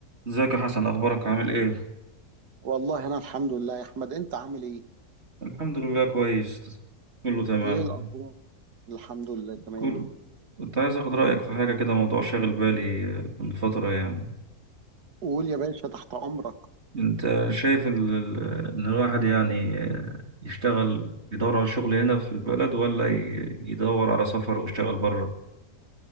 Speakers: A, on the right; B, on the right.
A: ازيك يا حسن اخبارك عامل ايه
B: والله انا الحمد لله يا احمد انت عامل ايه
A: الحمد لله كويس كله تمام
B: ايه الاخبار الحمد لله تمام
A: كل كنت عايز اخد رايك في حاجه كده موضوع شاغل بالي آه، من فتره يعني
B: قول يا باشا تحت امرك
A: انت شايف ال- ال- ان الواحد يعني آه، يشتغل يدور على شغل هنا في البلد ولا ي- يدور على سفر ويشتغل بره